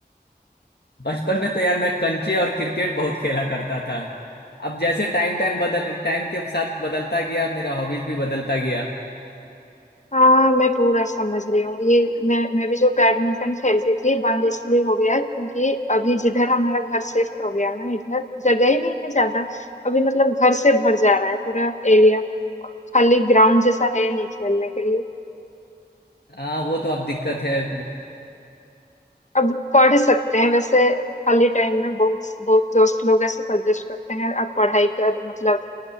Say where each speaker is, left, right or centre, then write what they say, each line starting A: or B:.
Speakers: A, on the left; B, on the left.
A: बचपन में तो यार मैं कंचे और क्रिकेट बहुत खेला करता था अब जैसे टाइम टाइम बदल टाइम के साथ बदलता गया मेरा हॉबीज भी बदलता गया
B: हाँ मैं पूरा समझ रही हूँ ये मैं मैं भी जो बैडमिंटन खेलती थी बंद इसलिए हो गया है, क्योंकि अभी जिधर हमारा घर शिफ्ट हो गया ना इधर जगह ही नहीं है ज्यादा अभी मतलब घर से भर जा रहा है पूरा एरिया खाली ग्राउंड जैसा है नहीं खेलने के लिए
A: हाँ वो तो अब दिक्कत है
B: अब पढ़ सकते हैं वैसे खाली टाइम में बहुत बहुत दोस्त लोग ऐसे सजेस्ट करते हैं आप पढ़ाई कर मतलब